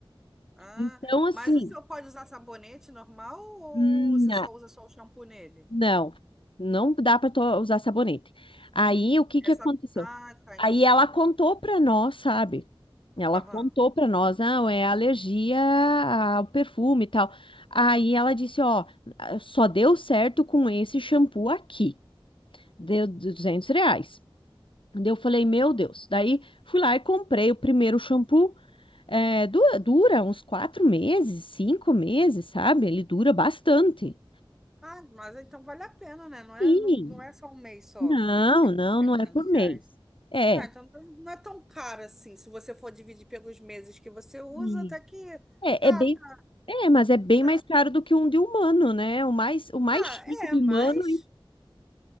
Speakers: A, in the centre; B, on the left.
A: Ah,
B: Então, assim,
A: mas o senhor pode usar sabonete normal ou
B: hum,
A: você só usa só o shampoo nele?
B: Não, não dá para usar sabonete. Aí o que
A: Essa...
B: que aconteceu?
A: Ah, tá,
B: Aí
A: entendi.
B: ela contou para nós, sabe? Ela
A: Aham.
B: contou para nós, não, é alergia ao perfume e tal. Aí ela disse, ó, só deu certo com esse shampoo aqui. Deu 200 reais. Daí eu falei, meu Deus. Daí fui lá e comprei o primeiro shampoo. É, du- dura uns quatro meses, cinco meses, sabe? Ele dura bastante.
A: Ah, mas então vale a pena, né? Não é,
B: Sim.
A: não, não é só um mês só
B: Não,
A: que, que é
B: não,
A: 300
B: não é por mês.
A: reais.
B: É,
A: Ah, então não é tão caro assim. Se você for dividir pelos meses que você usa,
B: Isso.
A: até que
B: é,
A: tá,
B: é bem,
A: tá,
B: é, mas é bem
A: tá.
B: mais caro do que um de humano, né? O mais, o mais
A: Ah,
B: chique de
A: é, mas...
B: humano